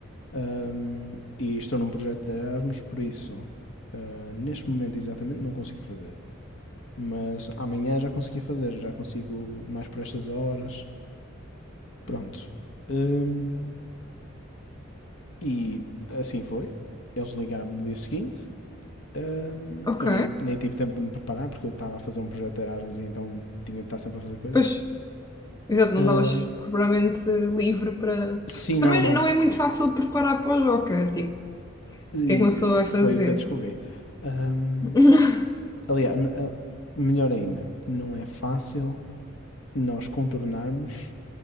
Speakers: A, on the left (about 65°); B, on the left (about 15°).
A: ahm, e estou num projeto de Erasmus, por isso ah, neste momento exatamente não consigo fazer. Mas amanhã já conseguia fazer, já consigo mais por estas horas. Pronto. Ahm, e assim foi. Eles ligaram-me no dia seguinte Ahm,
B: Ok.
A: eu nem, nem tive tempo de me preparar porque eu estava a fazer um projeto de Erasmus e então tinha de estar sempre a fazer coisas.
B: Pois. Exato, não
A: Ah,
B: estavas propriamente livre para.
A: sim,
B: Também
A: não, não.
B: não é muito fácil preparar para o Joker, tipo, o
A: E
B: que é que uma pessoa
A: foi
B: vai fazer?
A: o que eu descobri. Ahm,
B: <laughs>
A: aliás, ah, melhor ainda, não é fácil nós contornarmos